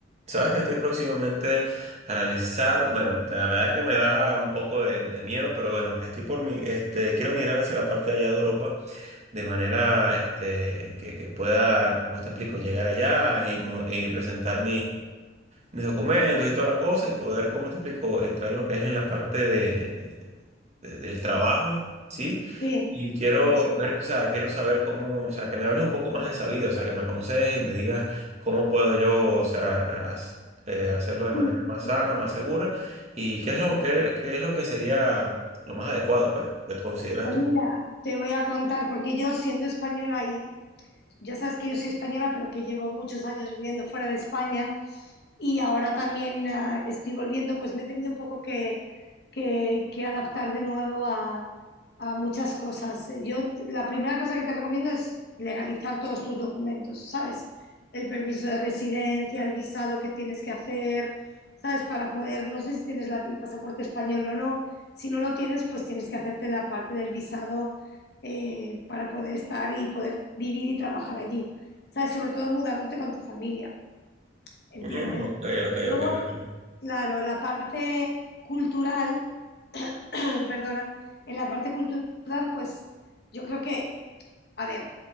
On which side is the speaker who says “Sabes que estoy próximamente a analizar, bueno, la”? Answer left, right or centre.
Right